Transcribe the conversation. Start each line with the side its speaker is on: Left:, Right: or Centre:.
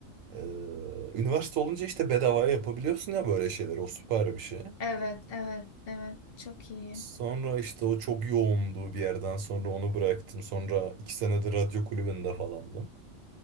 Right: e, üniversite olunca işte bedavaya yapabiliyorsun ya böyle şeyleri. O süper bir şey.
Left: Evet, evet, evet. Çok iyi.
Right: Sonra işte o çok yoğundu bir yerden sonra onu bıraktım. Sonra iki senedir radyo kulübünde falandım.